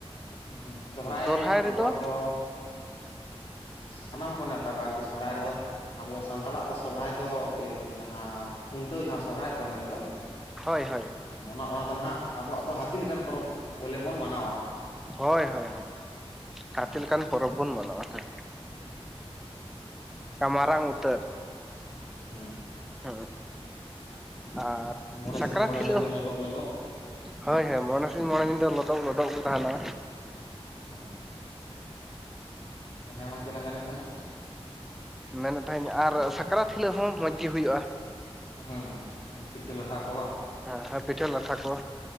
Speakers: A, on the left (about 65°); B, in the centre.
A: ᱦᱮᱸ ᱥᱚᱦᱨᱟᱭ
B: ᱥᱚᱨᱦᱟᱭ
A: ᱟᱵᱚᱣᱟᱜ
B: ᱨᱮᱫᱚ
A: ᱫᱚ ᱥᱟᱱᱟᱢ ᱠᱚ ᱱᱮᱶᱛᱟ ᱠᱚᱣᱟ ᱟᱨᱠᱤ ᱥᱚᱦᱚᱨᱟᱭ ᱨᱮᱫᱚ᱾ ᱟᱵᱚ ᱥᱟᱱᱛᱟᱲᱟᱜ ᱫᱚ ᱥᱚᱨᱦᱟᱭ ᱫᱚ ᱤᱭᱟᱹ ᱡᱟᱦᱟᱸ ᱠᱷᱩᱱᱴᱟᱹᱣ ᱡᱟᱦᱟᱸ ᱥᱚᱨᱦᱟᱭ ᱠᱚ ᱢᱮᱱᱫᱚ
B: ᱦᱳᱭ ᱦᱳᱭ
A: ᱚᱱᱟ ᱫᱚ ᱱᱟᱦᱟᱜ ᱟᱵᱚᱣᱟᱜ ᱫᱚ ᱦᱟᱹᱛᱤ ᱞᱮᱠᱟᱱ ᱯᱚᱨᱚᱵᱽ ᱵᱚᱞᱮ ᱵᱚᱱ ᱢᱟᱱᱟᱣᱟ
B: ᱦᱳᱭ ᱦᱳᱭ ᱦᱳᱭ
A: ᱦᱮᱸ
B: ᱦᱟᱹᱛᱤ ᱞᱮᱠᱟᱱ ᱯᱚᱨᱚᱵᱽ ᱵᱚᱱ ᱢᱟᱱᱟᱣᱟ ᱦᱮ
A: ᱦᱮᱸ
B: ᱢᱟᱨᱟᱝ ᱩᱛᱟᱹᱨ
A: ᱦᱮᱸ
B: ᱦᱮᱸ ᱟᱨ
A: ᱢᱚᱬᱮ
B: ᱥᱟᱠᱨᱟᱛ
A: ᱥᱤᱧ ᱢᱚᱬᱮ
B: ᱦᱤᱞᱳᱜ
A: ᱧᱤᱫᱟᱹ ᱞᱚᱫᱚᱵ ᱞᱚᱫᱚᱵ
B: ᱦᱳᱭ ᱦᱳᱭ ᱢᱚᱬᱮ ᱥᱤᱧ ᱢᱚᱬᱮ ᱧᱤᱫᱟᱹ ᱞᱚᱫᱚᱜ ᱞᱚᱫᱚᱜ ᱜᱮ ᱛᱟᱦᱮᱱᱟ
A: ᱦᱮᱸ ᱦᱮᱸ ᱢᱟ ᱪᱮᱫ ᱮᱢ ᱢᱮᱱ ᱮᱫ ᱛᱟᱦᱮᱱᱟ
B: ᱢᱮᱱᱮᱫ ᱛᱟᱦᱮᱱᱤᱧ ᱟᱨ ᱥᱟᱠᱨᱟᱛ ᱦᱤᱞᱳᱜ ᱦᱚᱸ ᱢᱚᱸᱡᱽ ᱜᱮ ᱦᱩᱭᱩᱜᱼᱟ
A: ᱦᱮᱸ ᱦᱩᱸ ᱯᱤᱴᱷᱟᱹ ᱞᱟᱴᱷᱟ ᱠᱚ ᱵᱟᱝ
B: ᱦᱮᱸ ᱦᱮᱸ ᱯᱤᱴᱷᱟᱹ ᱞᱟᱴᱷᱟ ᱠᱚ᱾